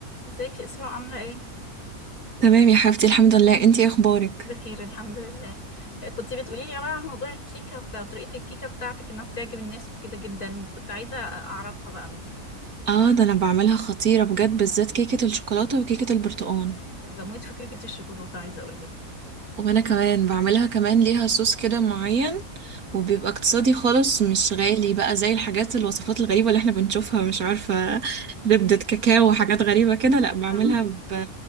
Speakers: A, on the left; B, on the right.
A: ازيك يا اسراء عامله ايه
B: تمام يا حبيبتي الحمد لله انتي ايه اخبارك
A: بخير الحمد لله آه، كنت بتقولي لي بقى عن موضوع الكيكه بتاع طريقه الكيكه بتاعتك انها بتعجب الناس وكده جدا كنت عايزه اعرفها بقى من
B: اه ده انا بعملها خطيرة بجد بالذات كيكة الشوكولاتة وكيكة البرتقال
A: بموت في كيكه الشوكولاته عايزه اقول لك
B: وانا كمان بعملها كمان ليها صوص كده معين وبيبقى اقتصادي خالص مش غالي بقى زي الحاجات الوصفات الغريبة اللي احنا بنشوفها مش عارفة زبدة كاكاو وحاجات غريبة كده لا بعملها
A: اه
B: ب...